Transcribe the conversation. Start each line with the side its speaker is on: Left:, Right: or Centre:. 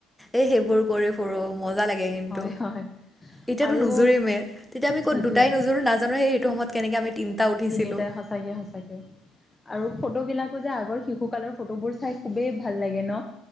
Centre: এই সেইবোৰ কৰি মজা লাগে কিন্তু
Left: হয়, হয়।
Centre: এতিয়াতো
Left: আৰু
Centre: নুজুৰিমে তেতিয়া আমি ক'ত
Left: সেইটোৱে
Centre: দুটাই নোজোৰো নাজানোহে সেইটো সময়ত কেনেকে আমি উঠিছিলোঁ
Left: তিনিটাই সঁচাকে সচাকে আৰু ফটো বিলাকো যে আগৰ শিশু কালৰ ফটোবোৰ চাই খুবেই ভাল লাগে ন